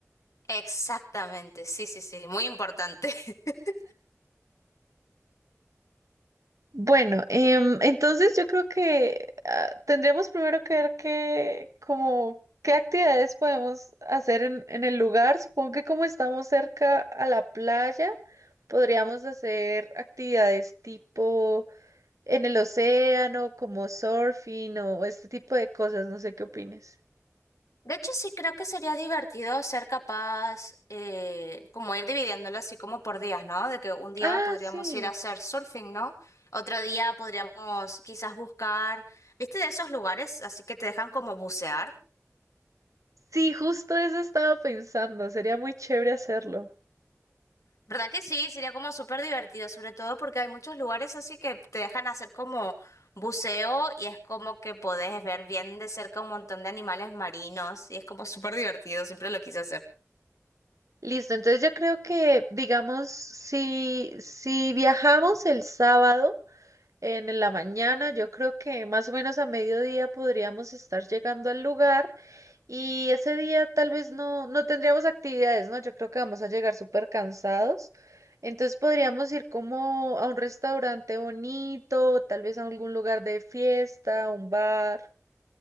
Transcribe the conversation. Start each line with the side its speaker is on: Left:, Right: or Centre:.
Left: Exactamente, sí, sí, sí, muy importante. <laughs>
Right: Bueno, em, entonces yo creo que ah, tendríamos primero que ver qué, como, qué actividades podemos hacer en, en el lugar. Supongo que como estamos cerca a la playa, podríamos hacer actividades tipo en el océano, como surfing o este tipo de cosas. No sé qué opines.
Left: De hecho, sí creo que sería divertido ser capaz, eh, como ir dividiéndolo así como por días, ¿no? De que un día
Right: Ah,
Left: podríamos
Right: sí.
Left: ir a hacer surfing, ¿no? Otro día podríamos quizás buscar, ¿viste? De esos lugares, así que te dejan como bucear.
Right: Sí, justo eso estaba pensando. Sería muy chévere hacerlo.
Left: ¿Verdad que sí? Sería como súper divertido, sobre todo porque hay muchos lugares así que te dejan hacer como buceo y es como que podés ver bien de cerca un montón de animales marinos y es como súper divertido, siempre lo quise hacer.
Right: Listo, entonces yo creo que, digamos, si, si viajamos el sábado en la mañana, yo creo que más o menos a mediodía podríamos estar llegando al lugar y ese día tal vez no, no tendríamos actividades, ¿no? Yo creo que vamos a llegar súper cansados. Entonces podríamos ir como a un restaurante bonito, tal vez a algún lugar de fiesta, un bar.